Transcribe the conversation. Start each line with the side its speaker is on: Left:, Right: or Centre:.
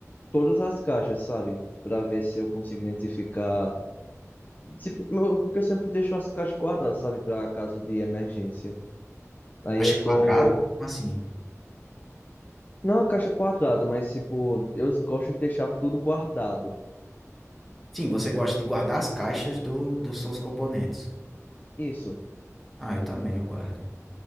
Left: todas as caixas, sabe? Pra ver se eu consigo identificar. Tipo, meu- porque eu sempre deixo as caixas quadradas, sabe? Pra caso de emergência. Aí
Centre: Caixa
Left: eu
Centre: quadrada?
Left: tô.
Centre: Como assim?
Left: Não a caixa quadrada, mas tipo, eu gosto de deixar tudo guardado.
Centre: Sim, você gosta de guardar as caixas do, dos seus componentes.
Left: Isso.
Centre: Ah, eu também, eu guardo.